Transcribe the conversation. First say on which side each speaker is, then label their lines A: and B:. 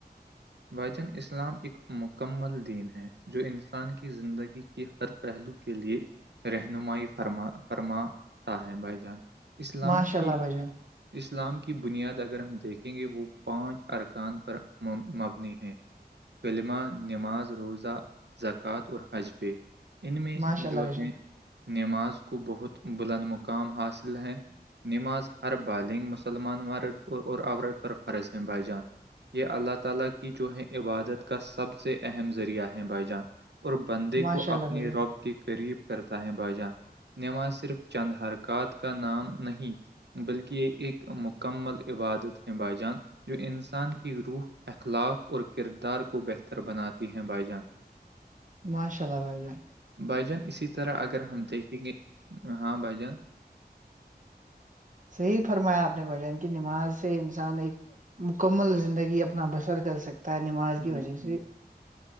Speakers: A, on the right (about 90°); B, on the right (about 50°).
A: <inaudible> بھاجن اسلام ایک مکمل دین ہے جو انسان کی زندگی کی ہر پہلو کے لیے رہنمائی فرما فرما بھائی جان اسلام
B: ماشاء
A: کی
B: اللہ بھائی جان
A: اسلام کی بنیاد اگر ہم دیکھیں گے وہ پانچ ارکان پر مبنی ہیں کلمہ نماز روزہ زکوۃ اور حجبے ان میں
B: ماشاء اللہ
A: جو
B: بھائی
A: ہے
B: جان
A: نماز کو بہت بلند مقام حاصل ہیں نماز ہر بالنگ مسلمان مرد اور عورت پر فرض ہیں بھائی جان یہ اللہ تعالی کی جو ہے عبادت کا سب سے اہم ذریعہ ہے بھائی جان اور بندے
B: ماشاء
A: کو
B: اللہ
A: اپنے
B: بھائی جان
A: رب کے قریب کرتا ہے بائی جان نماز صرف چند حرکات کا نام نہیں بلکہ یہ ایک مکمل عبادت باائی جان جو انسان کی روح اخلاق اور کردار کو بہتر بناتی ہیں بھائی جان <inaudible> <inaudible>
B: ماشاء اللہ بھائی جان
A: بھجان اسی طرح اگر ہم دیکھیں گے ہاں بھائیجان
B: صحی فرمایا آپ نے بھجن کی نماز سے انسان ایک مکمل زندگی اپنا بسر کر سکتا ہے نماز
A: بالکل
B: کی وجہ
A: بالکل
B: سے